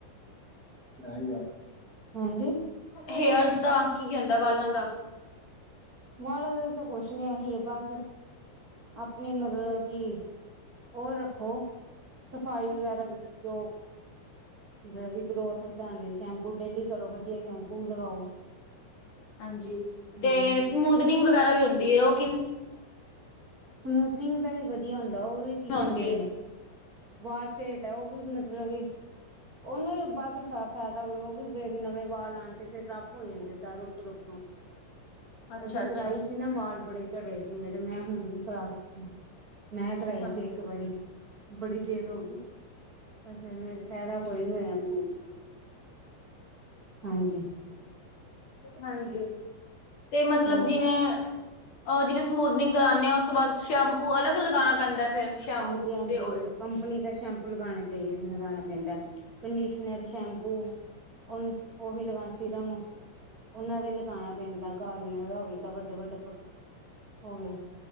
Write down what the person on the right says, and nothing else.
ਹਾਂਜੀ।
ਬਾਲਾ ਦਾ ਤਾ ਕੁੱਛ ਨੀ ਇਹੀ ਆ ਬਸ ਆਪਣੀ ਮਤਲਬ ਕੀ, ਓ ਰੱਖੋ ਸਫ਼ਾਈ ਵਗੈਰਾ ਜੋ। ਮਤਲਬ ਕਿ ਗਰੋਥ ਵਧਾਣ ਲਈ, ਸ਼ੈਂਪੂ ਡੇਲੀ ਕਰੋ ਵਧੀਆ ਸ਼ੈਂਪੂ ਲਗਾਓ।
ਹੂੰ
ਸਮੂਥਨਿੰਗ ਦਾ ਵੀ ਵਧੀਆ ਹੁੰਦਾ। ਉਹ ਵੀ ਕੀ ਕਹਿੰਦੇ
ਵਾਲ ਸਟੇਟ। ਉਹ ਵੀ ਮਤਲਬ ਕਿ ਉਹਨਾਂ ਵੀ ਬਾਅਦ ਚ ਫਾਇਦਾ ਕੋਈ ਨੀਂ, ਨਵੇਂ ਬਾਲ ਆਣ ਤੇ ਫਿਰ ਰਫ ਹੋ ਜਾਂਦੇ ਨੇ ਸਾਰੇ ਤਰਫ ਤੋਂ।
ਅਸੀਂ
ਕਰਾਈ ਸੀ ਨਾ ਵਾਲ ਬੜੇ ਝੜੇ ਸੀ, ਮੇਰੇ ਮੈਂ ਹੁਣ ਨਹੀਂ ਕਰਾ ਸਕੀ। ਮੈਂ ਕਰਾਈ
ਸੀ, ਇੱਕ ਵਾਰੀ ਬੜੀ ਦੇਰ ਹੋ ਗਈ। ਪਰ ਫੇਰ ਮੇਰੇ ਫਾਇਦਾ ਕੋਈ ਨੀ ਹੋਇਆ ਮੈਨੂੰ। ਹਾਂਜੀ
ਹੋਰ
ਹਾਂਜੀ ਹਾਂਜੀ।
ਕੰਪਨੀ ਦਾ ਸ਼ੈਂਪੂ ਲਗਾਣਾ ਚਾਹੀਦਾ। ਲਗਾਉਣਾ ਪੈਂਦਾ ਕੰਡੀਸ਼ਨਰ ਸ਼ੈਂਪੂ। ਹੁਣ ਉਹੀ ਲਗਾਣਾ ਸੀਰਮ? ਉਹਨਾਂ ਦਾ ਹੀ ਲਗਾਣਾ ਪੈਂਦਾ ਗਾਰਨੀਅਰ ਦਾ ਹੋਵੇ ਏਦਾਂ ਵੱਡੇ ਵੱਡੇ ਹੋ ਗਏ।